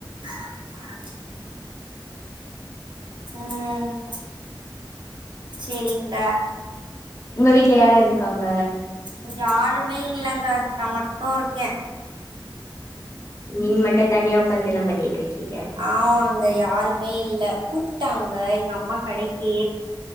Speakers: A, on the right; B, on the left.
A: ஆஹ்ஹ் <inaudible> ம் சேரிங்டா
B: உங்க வீட்ல யார் யார் இருக்காங்க
A: இங்க யாருமே இல்லங்க நா மட்டு இருக்கே
B: நீங் மட்டு தனியா ஒக்காந்து என்ன பண்ணிட்டு இருக்கீங்க
A: ஆமாங்க யாருமே இல்ல, கூப்ட்டாங்க எங்க அம் மா கடைக்கி